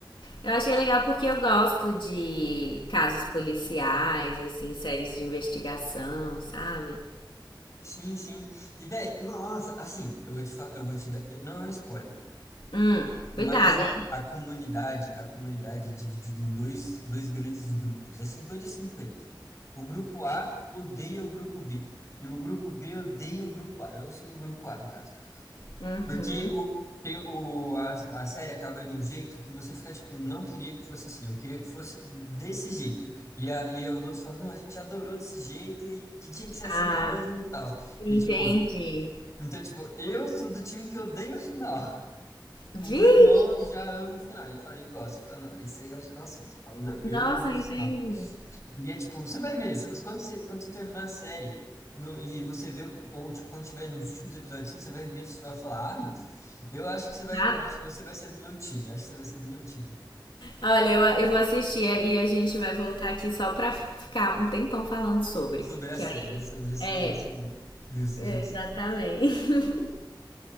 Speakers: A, on the left (about 85°); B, on the left (about 40°).
A: Eu achei legal porque eu gosto de casos policiais, assim, séries de investigação, sabe?
B: Sim, sim. E, velho, nossa, assim, eu vou te falar, eu vou te dar, não é um spoiler.
A: Hum,
B: Mas
A: cuidado,
B: a,
A: hein?
B: a comunidade, a comunidade é dividida em dois, dois grandes grupos. É 50 cinquenta O grupo A odeia o grupo B. E o grupo B odeia o grupo A. Eu sou do grupo A, no caso.
A: Uhum.
B: Porque o, tem o, a, a série acaba de um jeito que você fica tipo, não queria que fosse assim, eu queria que fosse desse jeito. E, a, e os outros falam, não, a gente adorou desse jeito e, e tinha que ser assim
A: Ah,
B: mesmo e tal.
A: entendi.
B: E tipo, então, tipo, eu sou do time que odeia o final.
A: Vixe,
B: O meu irmão já ama o final. Ele fala, ele gosta. Ele fala, não, esse aí é o final certo. Eu falo, não, eu
A: nossa,
B: odeio esse
A: entendi.
B: final. E é tipo, você vai ver, você, mas quando você, quando você terminar a série no- e você vê, o- ou tipo, quando tiver nos últimos episódios, assim, você vai ver, você vai falar, ah, não. Eu acho que você vai,
A: Tá?
B: acho que você vai ser do meu time. eu Acho que você vai ser do meu time.
A: Olha, eu, eu vou assistir e a gente vai voltar aqui só pra ficar um tempão falando sobre.
B: Sobre a
A: Que
B: série,
A: aí.
B: sobre esse,
A: É,
B: esse anime. Justo,
A: é,
B: justo.
A: exatamente. <laughs>